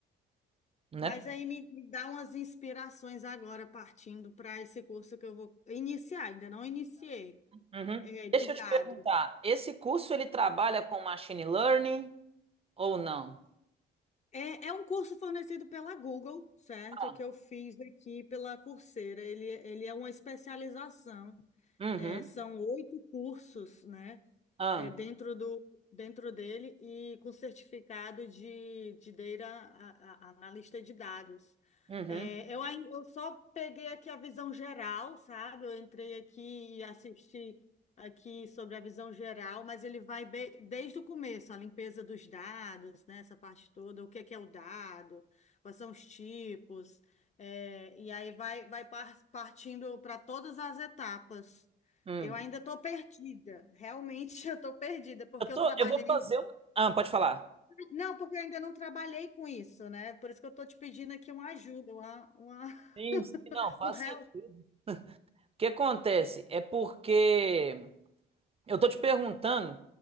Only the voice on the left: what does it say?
Mas aí me, me dá umas inspirações agora, partindo para esse curso que eu vou iniciar, ainda não iniciei,
é, de
dado
É, é um curso fornecido pela Google, certo?
Que eu fiz aqui pela Coursera. Ele, ele é uma especialização.
É, são oito cursos, né?
é, dentro do, dentro dele e com certificado de, de data a- a- analista de dados.
É, eu, ai- eu só peguei aqui a visão geral, sabe? Eu entrei aqui e assisti aqui sobre a visão geral, mas ele vai be- desde o começo, a limpeza dos dados, né? Essa parte toda, o que é que é o dado, quais são os tipos, é, e aí vai, vai par- partindo para todas as etapas.
Eu ainda estou perdida, realmente <laughs> eu estou perdida, porque
eu trabalhei.
Não, porque eu ainda não trabalhei com isso, né? Por isso que eu estou te pedindo aqui uma ajuda, uma, uma-
<laughs>
um help.